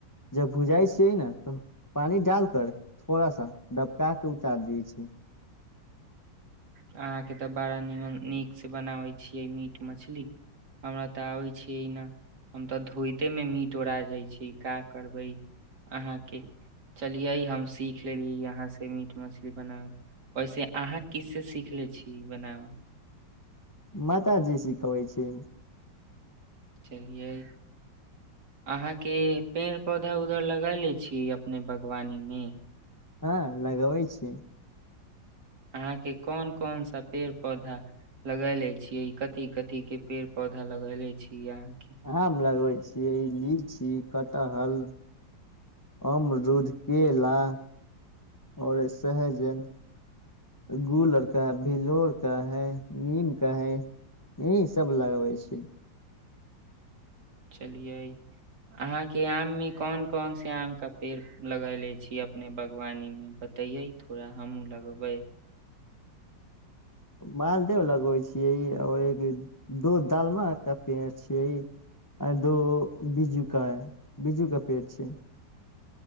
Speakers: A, on the left; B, on the right.
A: जब भुजाइ छियै नऽ तऽ पानी डाल कर थोड़ा सा बड़का के उतार दियै छियै
B: अहाँके तऽ बड़ा नीमन नीक से बनाबै छियै मीट मछली हमरा तऽ आबै छियै न हम तऽ धोइते मे मीट ओड़ा जाइ छै का करबै अहाँके चलियै हम सीख लेलियै अहाँ से मीट मछली बनाबेके वैसे अहाँ किस से सीखले छी बनावल
A: माताजी सिखबै छियै
B: चलियै अहाँके पेड़ पौधा उधर लगैले छियै अपने बागवानीमे
A: हँ लगबै छियै
B: अहाँके कोन कोन सा पेड़ पौधा लगैले छियै कथी कथी के पेड़ पौधा लगैले छी अहाँ के
A: हम लगबै छियै लीची कटहल अमरूद केला आओर सहजन गुलर का भिलोर का है नीम का है ई सब लगबै छी
B: चलियै अहाँके आममे कोन कोन से आमका पेड़ लगयले छियै अपने बागवानीमे बतैयै थोड़ा हमहूँ लगबै
A: मालदेव लगबै छियै आओर एक दो दालमा का पेड़ छियै आ दो बिज्जू का है बिज्जू का पेड़ छियै